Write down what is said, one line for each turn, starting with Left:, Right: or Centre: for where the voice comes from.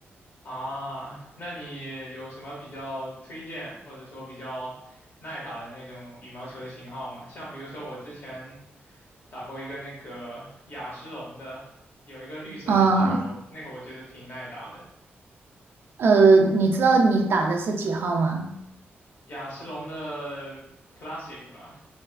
Left: 啊。那你有什么比较推荐或者说比较耐打的那种羽毛球的型号吗？像比如说我之前打过一个那个雅诗龙的，有一个绿色的球，
Right: 啊，
Left: 那个我觉得挺耐打的。
Right: 呃，你知道你打的是几号吗？
Left: 雅诗龙的 Classic 吧，